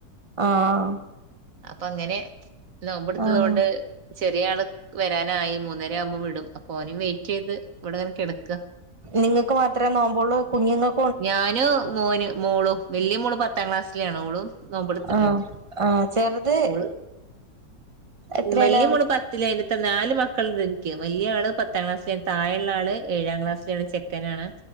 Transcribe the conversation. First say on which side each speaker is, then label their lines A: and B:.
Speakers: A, on the right (about 25°); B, on the right (about 55°).
A: ആഹ്
B: അപ്പൊ അങ്ങനെ നോമ്പെടുത്തതോണ്ട്
A: ആഹ്
B: ചെറിയ ആൾ വരാനായി മൂന്നര ആവുമ്പോ വിടും അപ്പൊ ഓനെ വെയിറ്റ് ചെയ്ത് ഇവിടെ ഇങ്ങനെ കിടക്ക
A: നിങ്ങക്ക് മാത്രമേ നോമ്പ് ഒള്ളൂ കുഞ്ഞുങ്ങ-
B: ഞാന് മോന് മോളു വല്യ മോള് പത്താം ക്ലാസ്സിലാണ് ഓളും നോമ്പെടുത്തിട്ടുണ്ട്
A: ആഹ് ആഹ് ചെറുത്
B: ഓള്
A: എത്രേലാ
B: ഉം വല്യ മോള് പ- ത്തിലാണ് നാല് മക്കളുണ്ട് വലിയ ആള് പത്താം ക്ലാസ്സില താഴെയുള്ള ആള് ഏഴാം ക്ലാസ്സില ചെക്കനാണ്